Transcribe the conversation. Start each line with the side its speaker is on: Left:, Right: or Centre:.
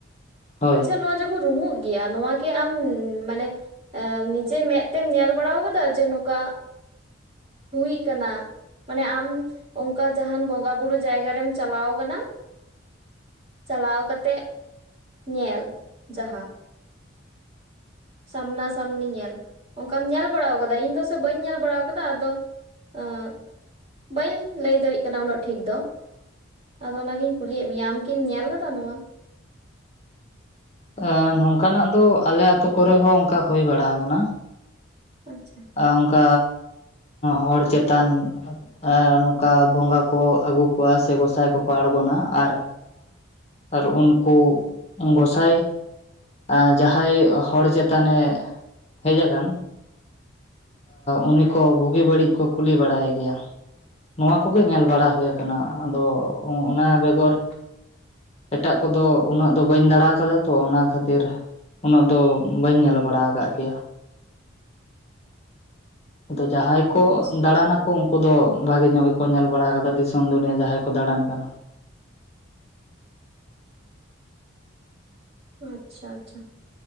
Left: ᱦᱳᱭ
Right: ᱟᱪᱪᱷᱟ ᱱᱚᱣᱟ ᱡᱚ ᱠᱚ ᱨᱩᱢᱩᱜ ᱜᱮᱭᱟ, ᱱᱚᱣᱟ ᱠᱤ ᱟᱢ ᱢᱟᱱᱮ ᱱᱤᱡᱮ ᱢᱮᱜ ᱛᱮᱢ ᱧᱮᱞ ᱵᱟᱲᱟᱣ ᱠᱟ ᱫᱟ ᱡᱮ ᱱᱚᱠᱟ ᱦᱩᱭ ᱠᱟᱱᱟ᱾ ᱢᱟᱱᱮ ᱟᱢ ᱚᱝᱠᱟ ᱡᱟᱦᱟᱱ ᱵᱚᱸᱜᱟ ᱵᱩᱨᱩ ᱡᱟᱭᱜᱟ ᱨᱮᱢ ᱪᱟᱞᱟᱣ ᱠᱟᱱᱟ᱾ ᱪᱟᱞᱟᱣ ᱠᱟᱛᱮᱜ, ᱧᱮᱞ ᱡᱟᱦᱟᱸ᱾ ᱥᱟᱢᱱᱟ ᱥᱟᱢᱱᱤ ᱧᱮᱞ, ᱚᱝᱠᱟᱢ ᱧᱮᱞ ᱵᱟᱲᱟᱣ ᱠᱟᱫᱟ? ᱤᱧ ᱫᱚ ᱥᱮ ᱵᱟᱹᱧ ᱧᱮᱞ ᱵᱟᱲᱟᱣ ᱠᱟᱫᱟ ᱟᱫᱚ ᱟᱸ ᱵᱟᱹᱧ ᱞᱟᱹᱭ ᱫᱟᱹᱲᱤᱜ ᱠᱟᱱᱟ ᱩᱱᱟᱹᱜ ᱴᱷᱤᱠ ᱫᱚ᱾ ᱟᱫᱚ ᱚᱱᱟᱜᱤᱧ ᱠᱩᱞᱤᱭᱮᱫ ᱢᱮᱭᱟ ᱟᱢᱠᱤᱢ ᱧᱮᱞ ᱠᱟᱫᱟ ᱱᱚᱣᱟ?
Left: ᱟᱸ ᱱᱚᱝᱠᱟ ᱱᱟᱜ ᱫᱚ ᱟᱞᱮ ᱟᱛᱳ ᱠᱚᱨᱮᱦᱚᱸ ᱚᱝᱠᱟ ᱦᱳᱭ ᱵᱟᱲᱟ ᱠᱟᱱᱟ᱾
Right: ᱟᱪᱪᱷᱟ
Left: ᱮ ᱚᱝᱠᱟ ᱦᱚᱲ ᱪᱮᱛᱟᱱ ᱮᱸ ᱱᱚᱝᱠᱟ ᱵᱚᱸᱜᱟ ᱠᱚ ᱟᱹᱜᱩ ᱠᱚᱣᱟ ᱥᱮ ᱜᱚᱸᱥᱟᱭ ᱠᱚᱠᱚ ᱟᱲᱜᱚᱱᱟ᱾ ᱟᱨ ᱟᱨ ᱩᱱᱠᱩ ᱜᱚᱸᱥᱟᱭ ᱮ ᱡᱟᱦᱟᱸᱭ ᱦᱚᱲ ᱪᱮᱛᱟᱱ ᱮ ᱦᱮᱡ ᱟᱠᱟᱱ᱾ ᱩᱱᱤ ᱠᱚ ᱵᱩᱜᱤ ᱵᱟᱹᱲᱤᱡ ᱠᱚ ᱠᱩᱞᱤ ᱵᱟᱲᱟᱭ ᱜᱮᱭᱟ᱾ ᱱᱚᱣᱟ ᱠᱚᱜᱮ ᱧᱮᱞ ᱵᱟᱲᱟ ᱦᱳᱭ ᱠᱟᱱᱟ᱾ ᱟᱫᱚ ᱚᱱᱟ ᱵᱮᱜᱚᱨ ᱮᱴᱟᱜ ᱠᱚᱫᱚ ᱩᱱᱟᱹᱜ ᱫᱚ ᱵᱟᱹᱧ ᱫᱟᱬᱟ ᱟᱠᱟᱫᱟ ᱛᱚ᱾ ᱚᱱᱟ ᱠᱷᱟᱹᱛᱤᱨ ᱩᱱᱟᱹᱜ ᱫᱚ ᱵᱟᱹᱧ ᱧᱮᱞ ᱵᱟᱲᱟ ᱠᱟᱜ ᱜᱮᱭᱟ᱾ ᱟᱫᱚ ᱡᱟᱦᱟᱸᱭ ᱠᱚ
Right: ᱟᱪᱪᱷᱟ
Left: ᱫᱟᱲᱟᱱᱟ ᱩᱱᱠᱩ ᱫᱚ ᱵᱷᱟᱜᱮ ᱧᱚᱜ ᱜᱮᱠᱚ ᱧᱮᱞ ᱵᱟᱲᱟ ᱠᱟᱫᱟ ᱾ ᱫᱤᱥᱚᱢ ᱫᱩᱱᱤᱭᱟᱹ ᱡᱟᱦᱟᱸᱭ ᱠᱚ ᱫᱟᱬᱟᱱ ᱠᱟᱱᱟ᱾
Right: ᱟᱪᱪᱷᱟ ᱟᱪᱪᱷᱟ ᱟᱪᱪᱷᱟ